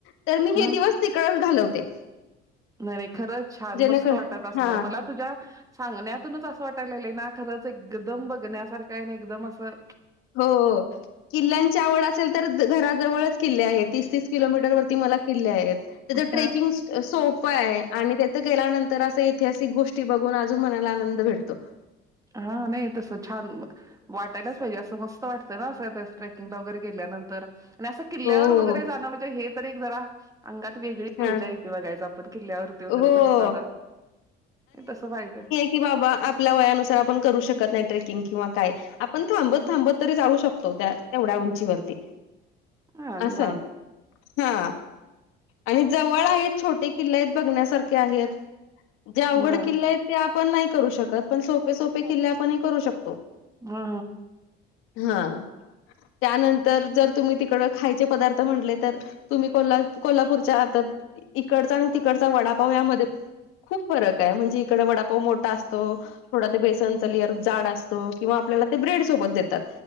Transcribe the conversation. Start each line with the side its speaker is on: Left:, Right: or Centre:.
Left: तर मी
Right: ह
Left: हे दिवस, तिकडच घालवते.
Right: नव्हे खरंच छान
Left: जेणेकर
Right: मस्त वाटत असणार,
Left: हा
Right: मला तुझ्या. सांगण्यातुनच असं वाटतंय लागलय ना, खरंच एकदम बघण्यासारखं एकदम असं.
Left: हो. किल्ल्यांची आवड असेल तर घराजवळच किल्ले आहेत. तीस तीस किलोमीटर वरती मला किल्ले आहेत. तिथं ट्रेकिंगस.
Right: हा
Left: सोप आहे. आणि तेथं गेल्यानंतर असं ऐतिहासिक गोष्टी अजून मनाला आनंद भेटतो.
Right: हा नाही तसं छान मग. वाटायलाच पाहिजे. असं मस्त वाटतं ना असं त्या ट्रेकिंगला वगैरे गेल्यानंतर. आणि असं किल्ल्यावर
Left: हो हो
Right: वगैरे जाणं म्हणजे, हे तर एक जरा अंगात वेगळी
Left: हा
Right: ऊर्जा येते बघायचं आपण किल्ल्यावर. डोंगर
Left: हो
Right: वगैरे चढताना तसं पाहिजे.
Left: कि बाबा आपल्या वयानुसार आपण करू शकत नाही. ट्रेकिंग किंवा काय आपण थांबत थांबत तरी जाऊ शक तो त्या तेवढ्या उंचीवरती.
Right: हा
Left: असंय
Right: निवांत
Left: हा, आणि जवळ आहे छोटे किल्ले. बघण्यासारखे आहेत. जे अवघड
Right: बर
Left: किल्ले आहेत ते आपण नाही करू शकत पण सोप पण सोपे किल्ले आपण हे करू शकतो
Right: हा
Left: हा. त्यानंतर जर तुम्ही तिकड खायचे पदार्थ म्हटले तर. तुम्ही कोल्हा कोल्हापूरच्या आता इकडचा आणि ती कडचा वडापाव यामध्ये खूप फरक आहे म्हणजे इकडे वडापाव मोठा अस तो थोडा ते बेसन लेयर जाड असतो किंवा आपल्याला ते ब्रेड सोबत देतात